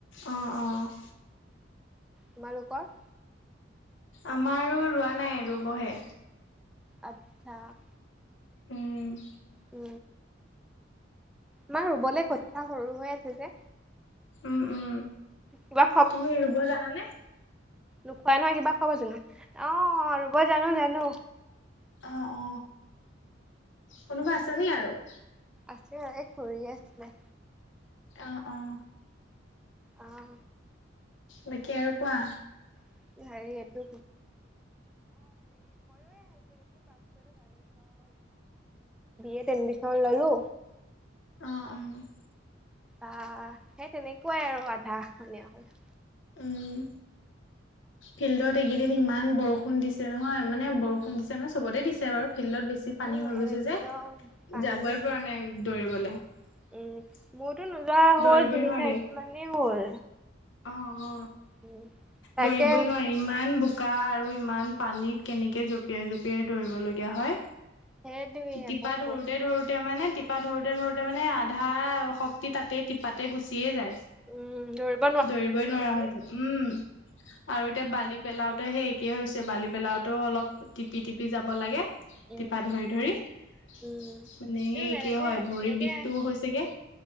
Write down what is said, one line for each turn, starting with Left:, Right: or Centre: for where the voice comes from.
Left: অ অ'
Centre: তোমালোকৰ <inaudible>
Left: আমাৰো ৰোৱা নাই ৰুবহে,
Centre: আচ্ছা <inaudible>
Left: উম!
Centre: উ আমাৰ ৰুবলৈ কঠা সৰু হৈ আছে যে
Left: উম উম
Centre: কিবা
Left: তুমি ৰুব জানানে,
Centre: নোখোৱা নহয় কিবা খব জানো অহ ৰুব জানো জানো।
Left: অ অ কোনোবা আছে নি আৰু <inaudible>
Centre: আছে এই খুৰিয়ে আছিলে।
Left: অ অ'
Centre: অহ!
Left: বাকি আৰু কোৱা।
Centre: <unintelligible> অ অ বি এত এডমিচন ললো।
Left: অহ অ <inaudible>
Centre: অহ সেই তেনেকুৱাই আৰু আধা মানে হল।
Left: উম ফিল্ডত কেইদিন ইমান বৰষুণ দিছে নহয় মানে বৰষুণ দিছে মানে চবতে দিছে বাৰু ফিল্ডত বেছি
Centre: উম
Left: পানী হৈ গৈছে
Centre: একদম
Left: যে
Centre: পানী
Left: যাবই পৰা নাই দৌৰিবলে <inaudible>
Centre: উম মোৰতো নোযোৱা হ'ল
Left: দৌৰিবই
Centre: তিনি
Left: নোৱাৰি
Centre: চাৰিদিন মানেই হ'ল,
Left: অ অ
Centre: উম তাকে
Left: দৌৰিবই নোৱাৰি ইমান বু শুকা আৰু ইমান পানীত কেনেকে জপিয়াই জঁপিয়াই দৌৰিব লগিয়া হয়
Centre: সেইটোৱে
Left: তিপা
Centre: আকৌ
Left: ধৰোতে ধৰোতে মানে টিপা ধৰোতে ধৰোতে মানে আধা শক্তি তাতে টিপাতে গুচিয়ে যায়
Centre: উম ধৰিব
Left: দৌৰিবই নোৱাৰা হয়তো উম <inaudible> আৰু এতিয়া বালি পেলাওঁতে সেইেই হৈছে বালি পেলাওঁতেও অলপ টিপি টিপি যাব লাগে।
Centre: উম
Left: তিপা ধৰি ধৰি মানে
Centre: উম তেনেকে
Left: সেই কি হয়
Centre: তেনেকে
Left: ভৰিৰ বিষটোও হৈছেগে।